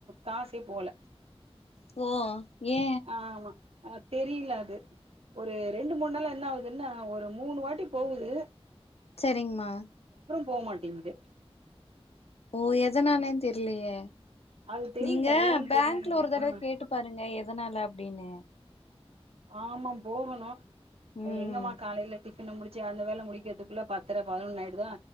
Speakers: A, on the right; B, on the left.
A: காஸே போல
B: ஓ ஏ
A: ஆமா அஹ் தெரில அது ஒரு ரெண்டு மூணு நாளா என்ன ஆவுதுன்னா ஒரு மூணு வாட்டி போவுது
B: சரிங்மா
A: போமாட்டிங்து
B: ஓ எதனாலேன் தெர்லயே
A: அது தெரியல
B: நீங்க
A: ஏன்னு
B: பேங்க்ல
A: தெரியல
B: ஒரு தடவ
A: ஆ
B: கேட்டு பாருங்க எ தனால அப்டின்னு
A: ஆமாம் போகணு அது
B: ம்
A: எங்கமா காலையில டிஃப் பன்னா முடிச்சி அந்த வேலை முடிக்கிறதுக்குள்ள பத்திர பதினொன்னு ஆயுடுதா